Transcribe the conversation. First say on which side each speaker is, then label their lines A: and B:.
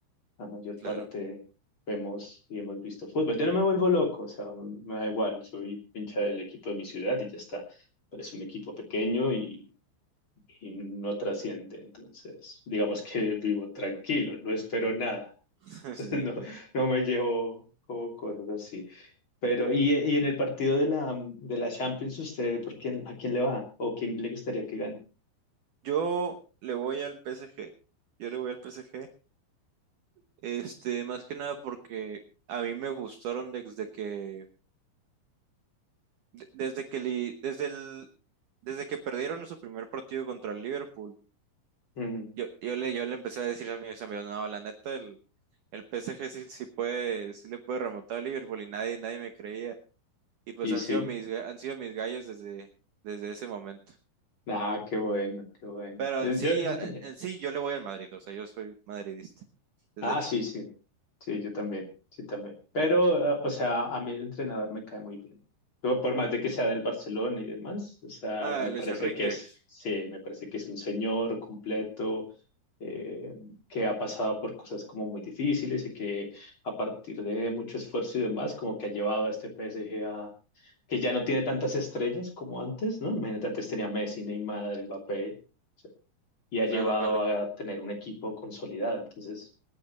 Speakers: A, on the left; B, on the right.
A: la mayor
B: Claro.
A: parte vemos y hemos visto fútbol. Yo no me vuelvo loco, o sea, me da igual, soy hincha del equipo de mi ciudad y ya está, pero es un equipo pequeño y, y no trasciende, entonces digamos que vivo tranquilo, no espero nada,
B: <laughs> Sí,
A: <laughs> no,
B: sí.
A: no me llevo como cosas así. Pero, y, y en el partido de la, de la Champions, ¿usted por quién, a quién le va? ¿O quién le gustaría que gane?
B: Yo le voy al PSG. Yo le voy al PSG. Este, más que nada porque a mí me gustaron desde que, de- desde que, li- desde el, desde que perdieron su primer partido contra el Liverpool.
A: Mm,
B: Yo, yo le, yo le empecé a decir a mis amigos, no, la neta, el, el PSG sí, sí puede, sí le puede remontar a Liverpool y nadie, nadie me creía. Y pues
A: y
B: han
A: sí,
B: sido mis, ga- han sido mis gallos desde, desde ese momento.
A: ah, qué bueno, qué bueno.
B: Pero
A: Yo,
B: en sí,
A: yo, yo
B: a-
A: también
B: en sí yo le voy al Madrid, o sea, yo soy madridista desde
A: Ah,
B: chiquito.
A: sí, sí. Sí, yo también. Sí, también. Pero, eh, o sea, a mí el entrenador me cae muy bien. Por por más de que sea del Barcelona y demás, o sea,
B: Ah,
A: me
B: Luis
A: parece
B: Enrique,
A: que es, sí, me parece que es un señor completo, eh, que ha pasado por cosas como muy difíciles y que a partir de mucho esfuerzo y demás, como que ha llevado a este PSG a, que ya no tiene tantas estrellas como antes, ¿no? Imagínate, antes tenía Messi, Neymar, Mbappé y ha
B: claro,
A: llevado
B: claro.
A: a tener un equipo consolidado. Entonces,